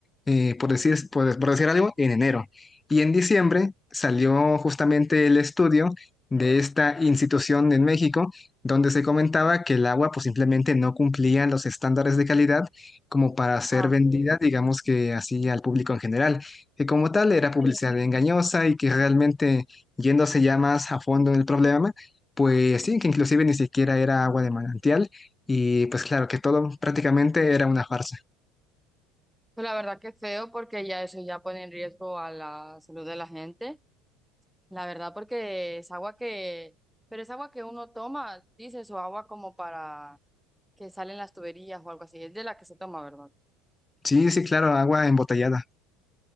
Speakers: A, on the left (about 20°); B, in the centre.
A: eh, por decir, por, por decir algo, en enero. Y en diciembre salió justamente el estudio de esta institución en México, donde se comentaba que el agua pues simplemente no cumplía los estándares de calidad como para ser
B: Ah, okay.
A: vendida, digamos que así al público en general, que como tal era publicidad
B: Sí.
A: engañosa y que realmente yéndose ya más a fondo en el problema, pues sí, que inclusive ni siquiera era agua de manantial y pues claro, que todo prácticamente era una farsa.
B: Pues la verdad que es feo porque ya eso ya pone en riesgo a la salud de la gente. La verdad, porque es agua que, pero es agua que uno toma, dices, o agua como para que salen las tuberías o algo así, es de la que se toma, ¿verdad?
A: Sí, sí, claro, agua embotellada.